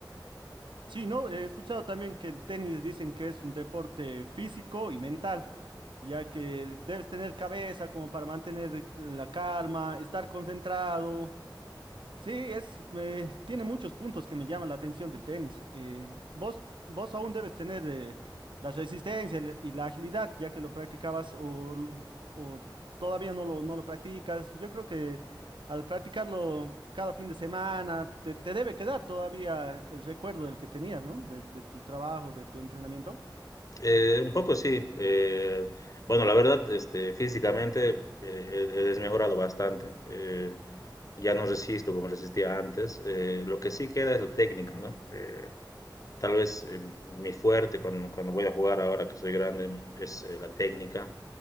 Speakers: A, on the right; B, on the left.
A: Sí, no, he escuchado también que el tenis dicen que es un deporte físico y mental, ya que debes tener cabeza como para mantener la calma, estar concentrado. Sí, es, me- tiene muchos puntos que me llaman la atención del tenis. Eh, vos, vos aún debes tener eh, la resistencia el- y la agilidad, ya que lo practicabas o, l- o todavía no lo, no lo practicas. Yo creo que al practicarlo cada fin de semana, te, te debe quedar todavía el recuerdo del que tenías, ¿no? De, de tu trabajo, de tu entrenamiento.
B: Eh, un poco sí. Eh, bueno, la verdad, este, físicamente eh, he he desmejorado bastante. Eh, ya no resisto como resistía antes. Eh, lo que sí queda es la técnica, ¿no? Eh, tal vez eh, mi fuerte cuando, cuando voy a jugar ahora que soy grande es eh, la técnica.